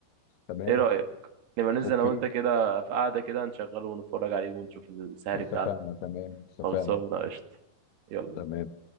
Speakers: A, on the left; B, on the right.
A: تمام
B: ايه رأيك لما ننزل
A: اوكي
B: انا وانت كده في قعدة كده نشغله ونتفرج عليه ونشوف السهري
A: اتفقنا
B: بتاعته
A: تمام اتفقنا
B: خلصانة قشطة يلا
A: تمام